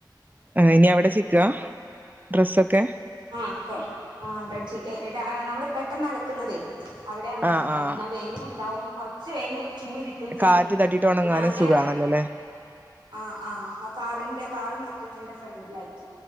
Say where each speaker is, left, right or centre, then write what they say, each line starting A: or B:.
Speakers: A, on the right; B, on the right.
A: ഇനി അവിടെ ചിക്ക്വാ, ഡ്രസ്സൊക്കെ?
B: ആഹ് കൊ ആഹ് വെച്ചേക്കുവാ നമ്മള് പെട്ടെന്ന് അലക്കുന്നതേ. അവിടെയാണ് അങ്ങട്ട്
A: ആഹ്
B: ചിക്കാം
A: ആഹ്
B: എന്നാ വെയിലും ഉണ്ടാവും കൊറച്ച് വെയ്ൽ ചൂട് കിട്ടു -. ട്ടും ചെയ്യും
A: കാറ്റ് തട്ടിട്ട് ഉണങ്ങാനും
B: പിന്നെ അവിടെ.
A: സുഖാണല്ലോ അല്ലേ
B: ആഹ് ആഹ് ആ കാറിന്റെ കാർ നിർത്തുന്നതിന്റെ ഫ്രണ്ടിലായിട്ട്